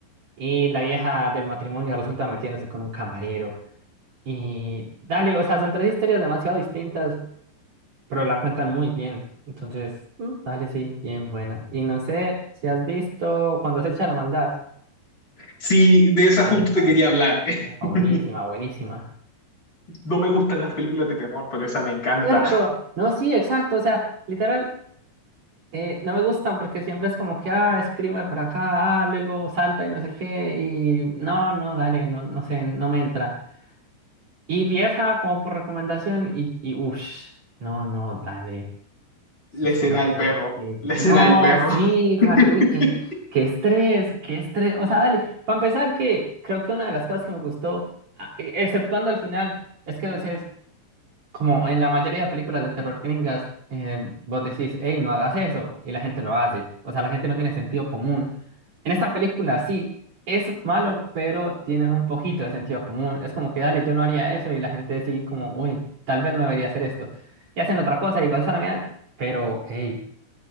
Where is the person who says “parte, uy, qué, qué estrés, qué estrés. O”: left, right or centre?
Right